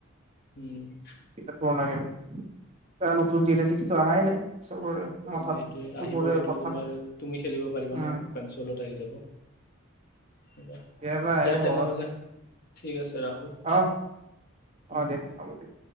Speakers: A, on the left; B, on the right.
A: উম
B: কি ফন লে জ ছিক্সটো অহাই নাই চবৰে মঠাত
A: সেইটোৱে
B: চকুৰে
A: আহিব এইটো
B: কঠাত
A: তোমাৰ তুমি খেলিব পাৰিবা
B: উম
A: ন কনচলত আহি যাব কিবা
B: এব
A: দিয়া
B: এ
A: তেনেহ'লে
B: হ
A: ঠিক আছে ৰাখোঁ
B: আহ
A: উম।
B: আহ দিয় চাব দিয়